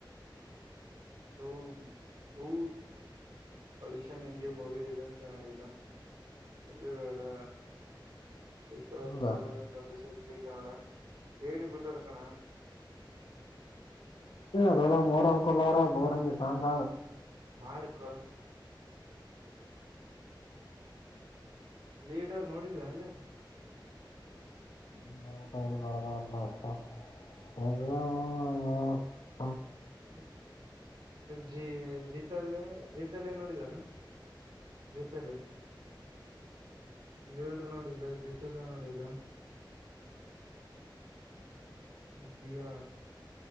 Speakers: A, on the right (about 65°); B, on the left (about 75°).
A: ಡೂ ಡೂ ಅಡಿಷನ್ ಇಂಡಿ ಮೂವಿ ಇದನ್ ಚೆನ್ನಾಗಿದೆ ಇದು ಯದ ಇ ಟೂ
B: ಹೌದಾ
A: ತೌಸ್ <unintelligible> ಟ್ವೆಂಟಿಸ್ ಜಿ ಕನ್ನಡಾ ಕೆಡಿ ಬಿಟ್ಟರ್ ಕಣೋ
B: ಇಂಗ ಮೋರಂ ಕೆ ಬಾರೋ ಬಾರ ಬೋರಂಗಗೆ ಸಾಂಗ್
A: ಮಾರ್ಕ ಲೀಡರ್ ನೋಡಿದ್ರಾ ಅಲ್ಲೇ
B: ಬರಬೇಕು <inaudible> ಬರದಾಗವಲ್ದು ಒಟ್ಟ
A: ಹ್ಮ ಜೀ ಜೀತಲ್ಲ ಜೀತಲ್ಲ ನೋಡಿದಾನ ಜತಲೆ ಲೀಡರ್ ನೋಡಿಲ್ಲ ಜತಲೆ ನೋಡಿಲ್ಲ <inaudible> ದಿಯಾ